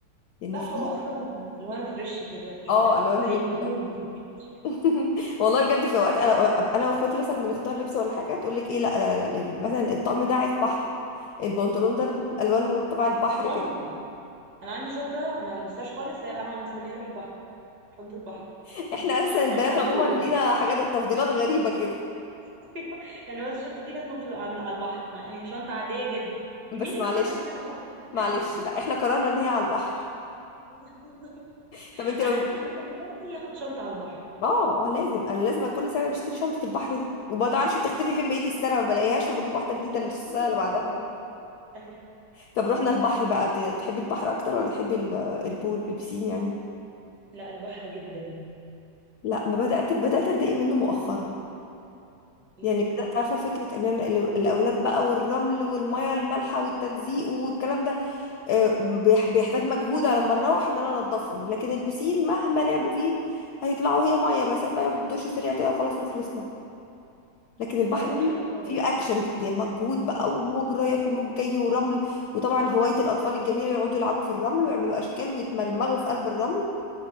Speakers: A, on the left; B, on the right.
A: يعني
B: صح
A: في
B: هو اصلا الوانه فريش كده شويه
A: اه ألوانه
B: زي
A: جميلة
B: اللي فيه <laughs>
A: <laughs> والله بجد في اوقات انا أبقى انا واخواتي مثلا بنختار لبس ولا حاجة تقول لك ايه لا, لا, لا لا، مثلا الطقم ده عايز بحر البنطلون ده لون- الوان تبع البحر
B: شنطه
A: كده
B: انا عندي شنطه ما لبستهاش خالص انا مستنيه اروح البحر شنطه بحر
A: <laughs> احنا اساسا البنات
B: يعني عاديه
A: عموما لينا حاجات تفضيلات غريبة كده
B: <laughs> يعني هو الشنطة دي لازم في عند- على البحر مع يعني شنطة عادية جدا مين
A: بس
B: اللي
A: معلش
B: قرر ان هي على البحر
A: معلش
B: احنا
A: لا احنا قررنا ان هي على البحر
B: <laughs>
A: <laughs> طب انت
B: على
A: لو
B: اساس ان حد فاضي ياخد شنطة على البحر
A: اه آه، لازم انا لازم كل سنه نشتري شنطه البحر دي وما تعرفش بتختفي فين بقيه السنه ما بلاقيهاش فبجيب واحده جديده
B: كنت
A: للسنه
B: دي واحدة
A: اللي بعدها
B: تانية بقى. ايوه
A: طب رحنا البحر بقى ت- تحبي البحر اكتر ولا تحبي ال- البول البسين يعني
B: لا البحر جدا
A: لا ما بدات بدات اتضايق منه مؤخرا
B: ليه
A: يعني
B: كده
A: بدات عارفه فكره ان انا ال- الاولاد بقى والرمل والميه المالحه والتلزيق والكلام ده آه، بيح- بيحتاج مجهود على ما نروح ان انا انضفهم لكن البسين مهما لعبوا
B: آه،
A: فيه هيطلعوا هي ميه بس هيطلعوا ياخدوا دش سريع كده وخلاص وخلصنا لكن البحر
B: انت عندك
A: فيه
B: حق طبعا
A: فيه اكشن يعني مجهود بقى وموج رايح وموج جاي ورمل وطبعا هواية الاطفال الجميلة يقعدوا يلعبوا في الرمل ويعملوا اشكال ويتمرمغوا في قلب الرمل